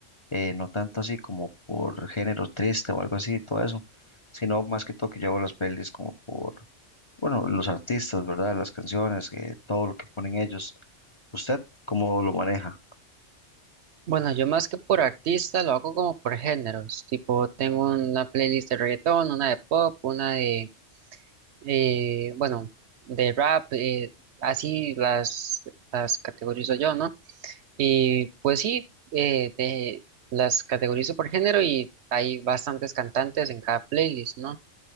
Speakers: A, on the left; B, on the right.
A: eh, no tanto así como por género triste o algo así, y todo eso, sino más que todo que yo hago las playlists como por, bueno, los artistas, ¿verdad? Las canciones, eh, todo lo que ponen ellos. ¿Usted cómo lo maneja?
B: Bueno, yo más que por artista lo hago como por géneros, tipo tengo una playlist de reggaetón, una de pop, una de, eh, bueno, de rap, eh, así las, las categorizo yo, ¿no? Y pues sí, eh, de- las categorizo por género y hay bastantes cantantes en cada playlist, ¿no?